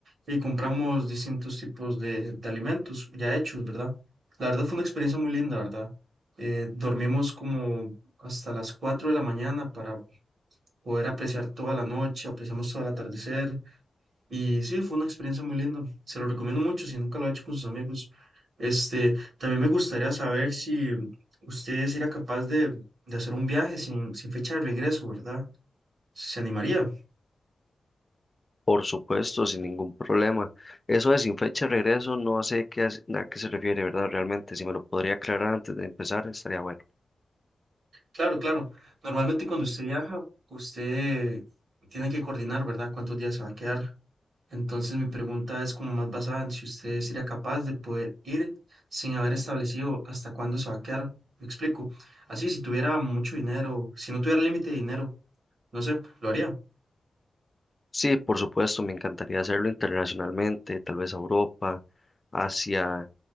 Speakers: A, on the right; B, on the left.
A: Y compramos distintos tipos de, de alimentos ya hechos, ¿verdad? La verdad fue una experiencia muy linda, ¿verdad? Eh, dormimos como hasta las 4 de la mañana para poder apreciar toda la noche, apreciamos todo el atardecer. Y sí, fue una experiencia muy linda. Se lo recomiendo mucho si nunca lo ha hecho con sus amigos. Este, también me gustaría saber si usted sería capaz de, de hacer un viaje sin, sin fecha de regreso, ¿verdad? ¿Se animaría?
B: Por supuesto, sin ningún problema. Eso de sin fecha de regreso, no sé qué, as- a qué se refiere, ¿verdad? Realmente, si me lo podría aclarar antes de empezar, estaría bueno.
A: Claro, claro. Normalmente cuando usted viaja, usted tiene que coordinar, ¿verdad? Cuántos días se va a quedar. Entonces mi pregunta es como más basada en si usted sería capaz de poder ir sin haber establecido hasta cuándo se va a quedar. Me explico. Así, si tuviera mucho dinero, si no tuviera límite de dinero. No sé, lo haría.
B: Sí, por supuesto, me encantaría hacerlo internacionalmente, tal vez a Europa, Asia,